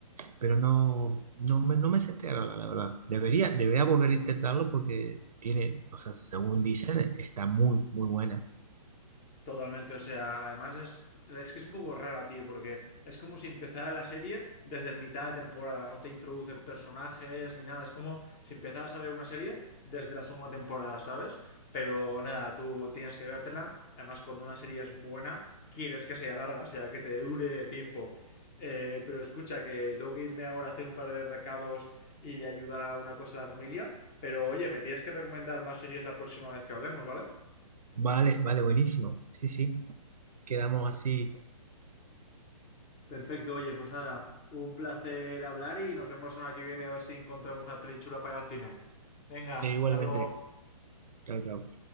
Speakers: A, on the right; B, on the left.
A: pero no, no me, no me senté a verla, la verdad. Debería, debería volver a intentarlo porque tiene, o sea, según dicen, está muy, muy buena.
B: Totalmente, o sea, además es, es que es un poco rara, tío, porque es como si empezara la serie desde el mitad de temporada, no te introducen personajes ni nada, es como si empezaras a ver una serie desde la segunda temporada, ¿sabes? Pero nada, tú tienes que vértela, además cuando una serie es buena, quieres que sea larga, o sea, que te dure tiempo. Eh, pero escucha, que tengo que irme ahora a hacer un par de recados y ayudar a una cosa a la familia, pero oye, me tienes que recomendar más series la próxima vez que hablemos, ¿vale?
A: Vale, vale, buenísimo. Sí, sí, quedamos así.
B: Perfecto, oye, pues nada, un placer hablar y nos vemos en la que viene a ver si encontramos una peli chula para ir al cine. Venga,
A: E igualmente.
B: hasta luego.
A: Chao, chao.